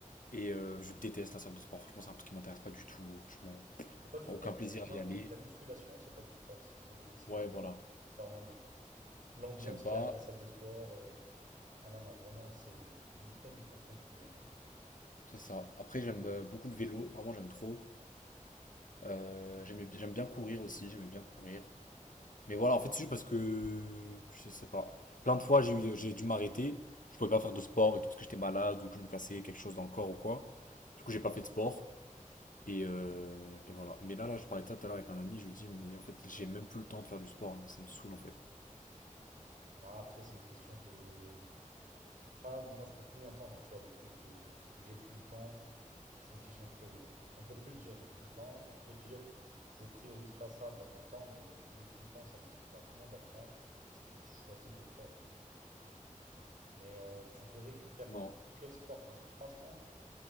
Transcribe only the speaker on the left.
Et euh, je déteste la salle de sport. Franchement, c'est un truc qui m'intéresse pas du tout. Franchement,
Enfin,
aucun plaisir à
y aller.
Ouais,
voilà.
J'aime
pas.
C'est ça. Après, j'aime euh, beaucoup le vélo. Vraiment, j'aime trop. Euh, j'aimais- j'aime bien courir aussi. J'aimais bien courir. Mais voilà, en fait, c'est juste parce que, je sais pas, plein de fois, j'ai eu- j'ai dû m'arrêter. Je pouvais pas faire de sport et tout, parce que j'étais malade ou que je me cassais quelque chose dans le corps ou quoi. Du coup, j'ai pas fait de sport. Et, euh, et voilà. Mais là, là, je parlais de ça tout à l'heure avec un ami, je lui dis, mais en fait, j'ai même plus le temps de faire du sport, là. Ça me saoule, en fait.
Non.